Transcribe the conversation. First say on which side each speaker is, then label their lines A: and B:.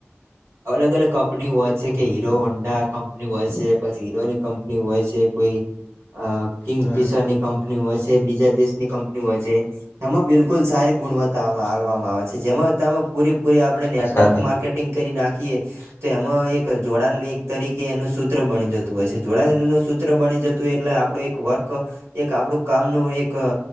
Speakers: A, on the right; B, on the left.
A: અલગ અલગ કંપની હોય છે કે હીરો વંડા કંપની હોય છે પછી હીરોની કંપની હોય છે કોઈ અ કિંગ
B: હમ
A: ફિશર ની કંપની હોય છે બીજા દેશની કંપ ની હોય છે એમાં બિલકુલ સારી ગુણવત્તામાંવામાં આવે છે જેમાં તમે પૂરીપૂરી આ આપણે
B: વાત
A: નેટવર્ક
B: સાચી
A: માર્કેટિંગ કરી નાખીએ તો એમાં એક જોડાણ એક તરીકે એનું સૂત્ર બની જતું હય છે જોડાણ નું સૂત્ર બની જતુંય એટલે આપણું એક એક વર્ક એક આપડું કામનું એક